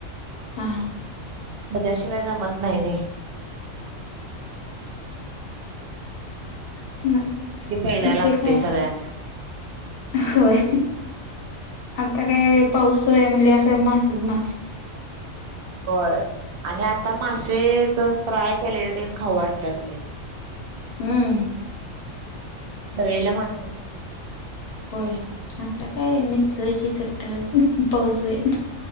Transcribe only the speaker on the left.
हा
ह मग
ते काय
होय आता काय पाऊस आहे म्हणज असं मासेच मास.
हम्म
होय आता काय मिसळ जी चट्टक पावसाळ्यात.